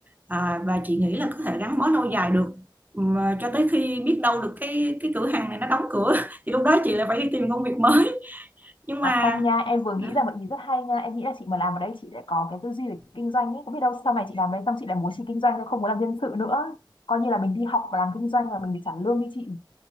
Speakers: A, on the right; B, on the left.
A: à, và chị nghĩ là có thể gắn bó lâu dài được Mà cho tới khi biết đâu được cái cái cửa hàng này nó đóng cửa <laughs> thì lúc đó chị lại phải đi tìm công việc mới nhưng
B: À
A: mà
B: không nha, em vừa nghĩ
A: à,
B: ra một ý rất hay nha. Em nghĩ là chị mà làm ở đây chị sẽ có cái tư duy về kinh doanh ấy. Có biết đâu sau này chị làm đây xong chị lại muốn chị kinh doanh chứ không muốn làm nhân sự nữa. Coi như là mình đi học và làm kinh doanh và mình được trả lương đi chị.